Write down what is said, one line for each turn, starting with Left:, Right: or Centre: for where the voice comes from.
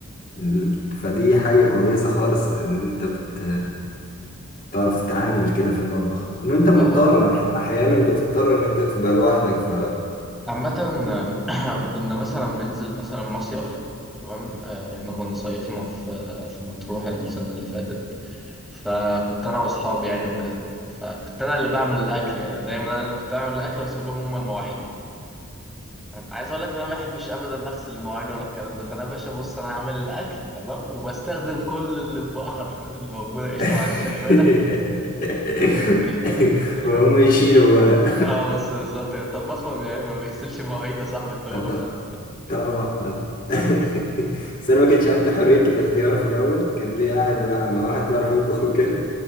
Left: ال- فدي حاجة كويسة خالص إن أنت بت... تعرف تتعامل كده في المطبخ إن أنت مضطر
Centre: اه
Left: أح- أحيانا بتضطر إن أنت تبقى لوحدك ف
Centre: عامة <clears throat> كنا مثلا بننزل مثلا مصيف تمام آه، رحنا كنا صيفنا في آه، في مطروح السنة اللي فاتت فكنت أنا وأصحابي يعني وكده فكنت أنا اللي بعمل الأكل يعني دايما أنا اللي كنت بعمل الأكل وأسيب لهم هما المواعين أنا عايز أقول لك إن أنا ما بحبش أبدا أغسل المواعين ولا الكلام ده فأنا يا باشا بص أنا هعمل الأكل تمام وبستخدم كل الأطباق حرفيا اللي موجودة قشطة
Left: <laughs>
Centre: ما عنديش أي مانع <laughs> فاهم؟
Left: وهم يشيلوا بقى
Centre: اه بس بالظبط الطباخ ما بي- ما بيغسلش مواعيد يا صاحبي
Left: <laughs>
Centre: الطباخ
Left: أنت طبعا <laughs> بس انا ما كانش عندي حريه الاختيار في الاول كان ليه قاعد مع مع واحد بيعرف يطبخ وكده